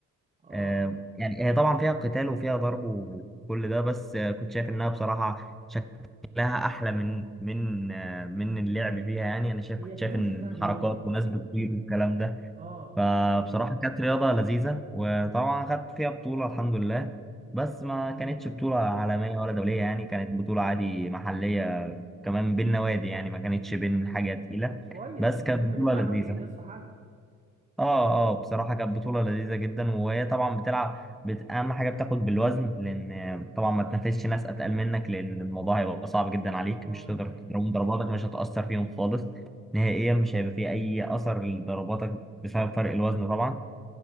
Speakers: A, on the right; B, in the centre.
A: اه
B: آه يعني هي طبعا فيها قتال وفيها ضرب وكل ده بس آه كنت شايف انها بصراحة لها احلى من من آه، من اللعب فيها يعني انا شايف
A: هي
B: كنت شايف
A: فنون
B: ان
A: شكلها جميل
B: حركات وناس بتطير والكلام ده
A: اه
B: فبصراحه كانت رياضه لذيذه وطبعا خدت فيها بطوله الحمد لله بس ما
A: امم
B: كانتش بطوله عالميه ولا دوليه يعني كانت بطوله عادي محليه كمان بين نوادي يعني ما كانتش بين حاجه تقيله
A: كويس
B: بس
A: المهم
B: كانت بطوله
A: ان انت
B: لذيذه
A: عملت انجاز في حاجه
B: اه اه بصراحة كانت بطولة لذيذة جدا وهي طبعا بتلعب بت... أهم حاجة بتاخد بالوزن لأن طبعا ما تنافسش ناس أتقل منك لأن الموضوع هيبقى صعب جدا عليك
A: اه
B: مش هتقدر
A: ده حقيقة
B: تضربهم ضرباتك مش هتأثر فيهم خالص نهائيا مش هيبقى فيه أي أثر لضرباتك بسبب فرق الوزن طبعا